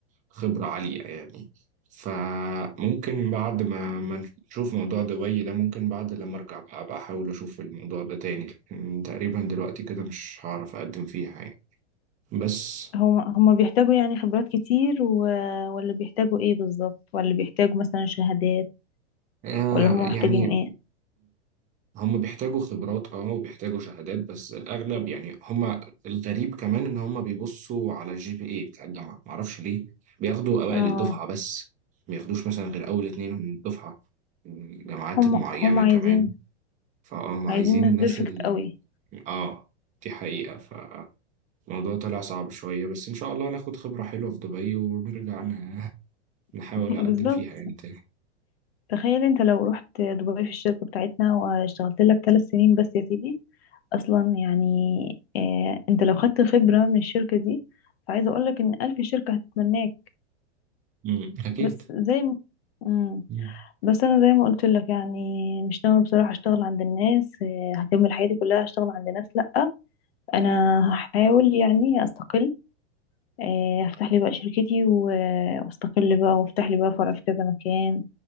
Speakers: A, on the right (about 20°); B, on the left (about 60°).
A: خبرة عالية يعني فممكن بعد ما ما نشوف موضوع دبي ده ممكن بعد لما أرجع بقى أبقى أحاول أشوف الموضوع ده تاني لكن تقريبا دلوقتي كده مش هعرف أقدم فيها يعني بس
B: هما هما بيحتاجوا يعني خبرات كتير و... ولا بيحتاجوا ايه بالظبط ولا بيحتاجوا مثلا شهادات
A: آه
B: ولا هما
A: يعني
B: محتاجين ايه
A: هم بيحتاجوا خبرات اه وبيحتاجوا شهادات بس الأغلب يعني هم الغريب كمان إن هم بيبصوا على الجي بي إيه بتاع الجامعة معرفش ليه بياخدوا أوائل
B: اه
A: الدفعة بس ما بياخدوش مثلا غير أول اتنين من الدفعة جامعات
B: هم
A: معينة
B: هم عايزين
A: كمان فاه ما
B: عايزين
A: عايزين
B: ناس
A: الناس
B: بيرفكت
A: ال...
B: قوي
A: اه دي حقيقة فالموضوع طلع صعب شوية بس إن شاء الله ناخد خبرة حلوة في دبي ونرجع ن- نحاول
B: <laughs>
A: أقدم
B: بالظبط
A: فيها يعني تاني
B: تخيل انت لو رحت دبي في الشركة بتاعتنا واشتغلت لك ثلاث سنين بس يا سيدي اصلا يعني اه انت لو خدت خبرة من الشركة دي فعايزة اقول لك ان الف شركة هتتمناك
A: مم، أكيد
B: بس زي ما مم.
A: مم.
B: بس انا زي ما قلت لك يعني مش ناوي بصراحة اشتغل عند الناس آه، هكمل حياتي كلها اشتغل عند ناس لا انا هحاول يعني استقل آه، هفتح لي بقى شركتي و- آه، واستقل بقى وافتح لي بقى فرع في كذا مكان